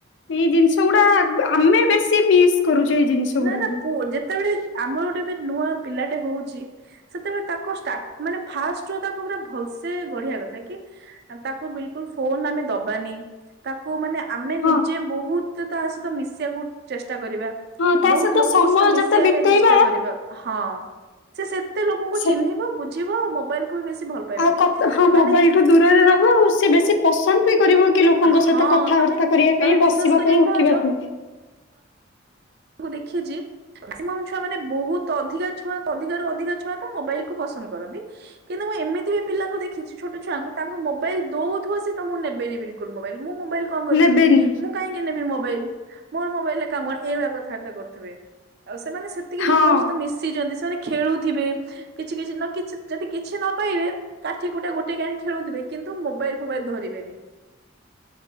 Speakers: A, on the left; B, on the right.
A: ଏଇ ଜିନିଷ ଗୁଡା ଆମେ ବେଶୀ ମିସ୍ କରୁଛେ ଏଇ ଜିନିଷ
B: ନା
A: ଗୁଡାକୁ।
B: ନା ପୁ ଯେତେବେଳେ ଆମର ଗୋଟେ ବି ନୂଆ ପିଲାଟେ ହଉଛି ସେତେବେଳେ ତାକୁ ମାନେ ଫାଷ୍ଟରୁ ତାକୁ ପୁରା ଭଲସେ ଗଢିବା କଥା କି। ତାକୁ ବିଲକୁଲ ଫୋନ ଆମେ ଦବାନି ତାକୁ ମାନେ ଆମେ
A: ହଁ
B: ନିଜେ ବହୁତ ତା ସହିତ ମିଶିବାକୁ ଚେଷ୍ଟା କରିବା।
A: ହଁ ତା
B: ବହୁତ ଲୋକଙ୍କ
A: ସମୟ
B: ସହିତ ମିଶେଇବା
A: ଯେତେ ବିତେଇବା
B: ପାଇଁ ଚେଷ୍ଟା କରିବା ହଁ। ହଁ ସେ ସେତେ ଲୋକଙ୍କୁ
A: ସେ
B: ଚିହ୍ନିବ ବୁଝିବ ଆଉ ମୋବାଇଲକୁ ବି ଭଲ ପାଇବନି
A: ଆଉ ହଁ ମୋବାଇଲଠୁ
B: ମାନେ
A: ଦୂରରେ ରହିବ ଆଉ ସେ ବେଶୀ ପସନ୍ଦ ବି କରିବ କି ଲୋକଙ୍କ
B: ହଁ
A: ସହିତ କଥାବାର୍ତ୍ତା
B: ତମେ
A: କରିବା
B: ତମେ
A: ପାଇଁ
B: ବିଶ୍ଵାସ
A: ବସିବା
B: କରିବନି
A: ପାଇଁ ଉଠିବା
B: ଭାଉଜ
A: ପାଇଁ।
B: ମୁଁ ଦେଖେ ଯେ ମ୍ୟାକ୍ସିମମ ଛୁଆ ମାନେ ବହୁତ ଅଧିକା ଛୁଆ ଅଧିକା ରୁ ଅଧିକା ଛୁଆ ତ ମୋବାଇଲ କୁ ପସ କରନ୍ତି କିନ୍ତୁ ମୁଁ ଏମିତି ବି ପିଲାଙ୍କୁ ଦେଖିଛି ଛୋଟ ଛୁଆଙ୍କୁ ତାଙ୍କୁ ମୋବାଇଲ ଦଉଥିବ ସେ ତମଠୁ ନେବେନି। ବିଲକୁଲ ମୋବାଇଲ ମୁଁ ମୋବାଇଲ କଣ କରିବି
A: ନେବେନି।
B: ମୁଁ କାହଁକି ନେବି ମୋବାଇଲ ମୋର ମୋବାଇଲରେ କାମ କଣ ଏଇଭଳିଆ କଥା ର୍ବାତ୍ତା କରୁଥିବେ ଆଉ ସେମାନେ ସେତିକି
A: ହଁ
B: ଲୋକଙ୍କ ସହିତ ମିଶିଛନ୍ତି ସେମାନେ ଖେଳୁଥିବେ କିଛି କିଛି ନ କିଛି ଯଦି କିଛି ନ ପାଇବେ କାଠି କୁଟା ଗୋଟେଇ କି ଆଣି ଖେଳୁଥିବେ କିନ୍ତୁ ନ୍ତୁ ମୋବାଇଲ ଫୋବାଇଲ ଧରିବେନି